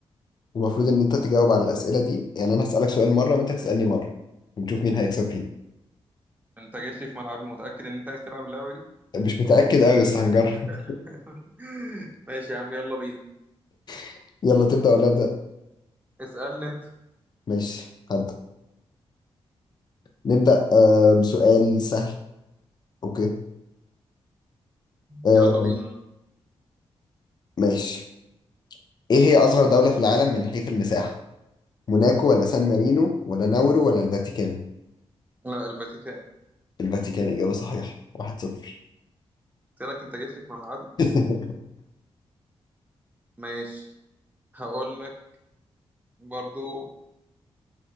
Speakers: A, on the left; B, on the right.
A: المفروض إن أنت تجاوب على الأسئلة دي يعني أنا هسألك سؤال مرة وأنت تسألني مرة ونشوف مين هيكسب فينا
B: انت جيت لي في ملعبي متأكد ان انت عايز تلعب اللعبة دي
A: مش متأكد أوي بس هنجرب
B: <laughs> ماشي يا عم يلا بينا
A: <laughs> يلا تبدأ ولا أبدأ؟
B: اسألني انت
A: ماشي هبدأ نبدأ آه بسؤال سهل أوكي آه
B: يلا بينا آه.
A: ماشي إيه هي أصغر دولة في العالم من حيث المساحة؟ موناكو ولا سان مارينو ولا ناورو ولا الفاتيكان؟
B: لا الفاتيكان
A: الفاتيكان إجابة صحيحة واحد صفر
B: قلت لك انت جيت لي في ملعبي
A: <laughs>
B: ماشي هقول لك برضو